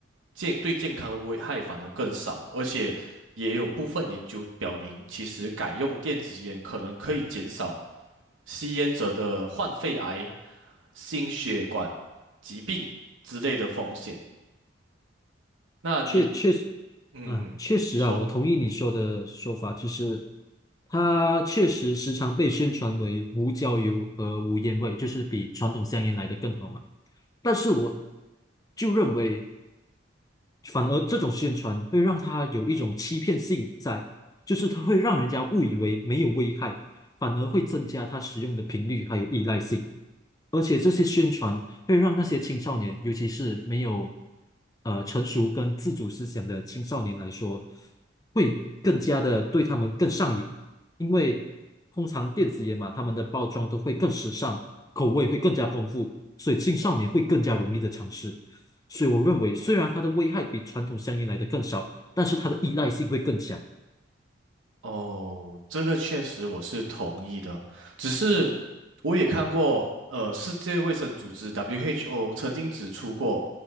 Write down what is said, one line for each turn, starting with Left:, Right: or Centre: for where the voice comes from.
Right: 健对健康的危害反而更少，而且也有部分研究表明，其实改用电子烟可能可以减少吸烟者的患肺癌、心血管疾病之类的风险。那你
Left: 确确实，
Right: 嗯嗯，
Left: 啊，确实啊，
Right: 你说
Left: 我同意你说的说法，就是它确实时常被宣传为无焦油和无烟味，就是比传统香烟来的更好嘛。但是我就认为反而这种宣传会让他有一种欺骗性在，就是它会让人家误以为没有危害，反而会增加他使用的频率还有依赖性。而且这些宣传会让那些青少年，尤其是没有呃成熟跟自主思想的青少年来说，会更加的对他们更上瘾，因为通常电子烟嘛，他们的包装都会更时尚，口味会更加丰富，所以青少年会更加容易的尝试。所以我认为，虽然它的危害比传统香烟来的更少，但是它的依赖性会更强。
Right: 哦，这个确实我是同意的，只是我也看过，呃，世界卫生组织 WHO 曾经指出过，